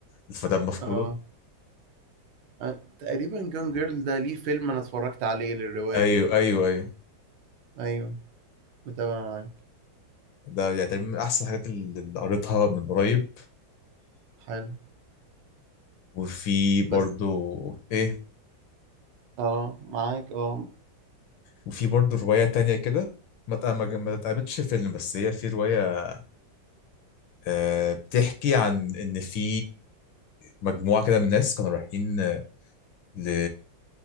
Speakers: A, on the left; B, on the right.
A: الفتاة مفقودة
B: اه آه، تقريبا جون جيرل ده ليه فيلم انا اتفرجت عليه للروايه
A: ايوه
B: دي
A: ايوه ايوه
B: ايوه متابع معاك
A: ده يعني تقريبا من احسن الحاجات اللي اللي قريتها من قريب
B: حلو
A: وفي برضو
B: بس
A: ايه
B: اه معاك اه
A: وفي برضو رواية تانية كده ما تق- ما- ما اتقابلتش فيلم بس هي في رواية آه، بتحكي عن ان في مجموعه كده من الناس كانوا رايحين ل